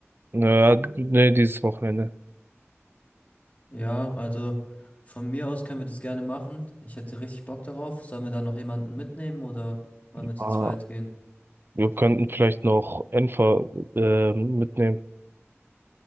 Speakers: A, on the right; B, on the left.
A: naja, nee, dieses Wochenende.
B: Ja, also von mir aus können wir das gerne machen. Ich hätte richtig Bock darauf. Sollen wir da noch jemanden mitnehmen oder wollen wir zu
A: Ah,
B: zweit gehen?
A: wir könnten vielleicht noch Enfer ähm, mitnehmen.